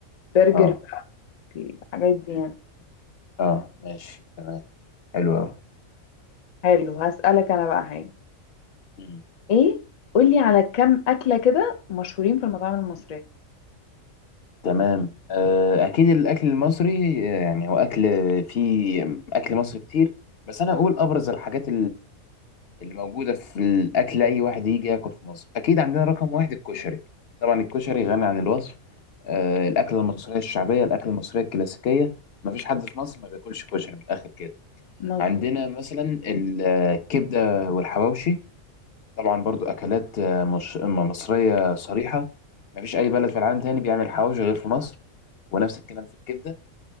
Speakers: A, on the left (about 75°); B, on the left (about 50°).
A: برجر
B: اه
A: الحاجات دي
B: مم.
A: يعني
B: اه ماشي تمام حلو قوي
A: حلو هسألك انا بقى حاجة
B: مم.
A: ايه قولي على كم اكلة كده مشهورين في المطاعم المصرية
B: مم. تمام آه، اكيد الاكل المصري آه، يعني هو اكل فيه اكل مصري كتير بس انا اقول ابرز الحاجات اللي موجودة في الأكل أي واحد يجي ياكل في مصر أكيد عندنا رقم واحد الكشري طبعا الكشري غني عن الوصف آه الأكلة المصرية الشعبية الأكلة المصرية الكلاسيكية مفيش حد في مصر ما بياكلش كشري من الآخر كده
A: مظبوط
B: عندنا مثلا ال- آه، الكبدة والحواوشي طبعا برضو أكلات آه، مش م- مصرية صريحة مفيش أي بلد في العالم تاني بيعمل حواوشي غير في مصر ونفس الكلام في الكبدة